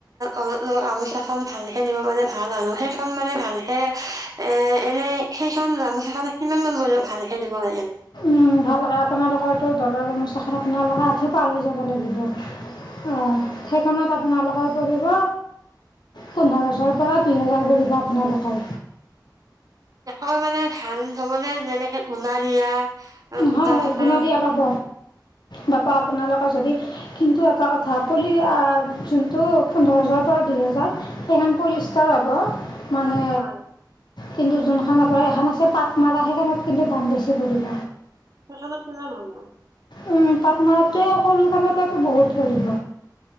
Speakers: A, on the right; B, on the left.
A: অলপ <unintelligible> গামোছাখন ভালকে নিব পালে ভাল আৰু সেইখন মানে ভালকে এ এনে সেইখন গামোছাখন কিমান মান ল'লে ভালকে দিব লাগিল
B: উম, ভালকে আপোনালোকৰ দৰাৰ গামোচাখন আপোনালোকৰ আঁঠু পাৰ হৈ যাব লাগিব। অঁ, সেইখনত আপোনালোক <unintelligible> পৰিব, পোন্ধৰ হেজাৰৰ পৰা দুই হেজাৰ পৰিব আপোনালোকৰ।
A: অঁ মানে ভাল ধৰণে যেনেকে গুনা দিয়া গোটা
B: হয়- হয়
A: থকা
B: গুনা দিয়া পাব, বাপা আপোনালোকৰ যদি কিন্তু এটা কথা, পলি অ যোনটো পোন্ধৰ হেজাৰৰ পৰা দুই হেজাৰ সেইখন পলিষ্টাৰ হ'ব মানে
A: হয়
B: কিন্তু যোনখান আপোনা এখন আছে পাটমালা সেইখনত কিন্তু দাম বেছি পৰিব।
A: সেইখনত কিমান ল' ব।
B: উম, পাটমাৰতটো সৰু খনতে বহুত পৰিব।